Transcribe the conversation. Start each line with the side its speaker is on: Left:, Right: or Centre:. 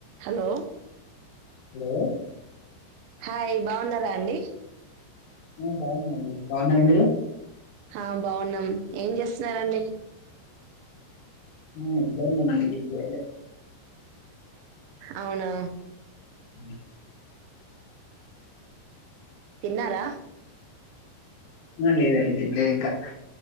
Right: Hello
Left: hello
Right: hi బావుఉన్నారా అండి
Left: ఆ బాగున్నా మ్ అండి బాగున్నార మీరు
Right: ఆ బాగున్నాం ఏం చేస్తున్నార అండి
Left: అ ఇంట్లోనే మళ్ళి ఏమ్ చేయట్లే
Right: అవునా
Left: ఉ
Right: తిన్నారా
Left: ఆ లేదండి తిన్లేదు ఇంకా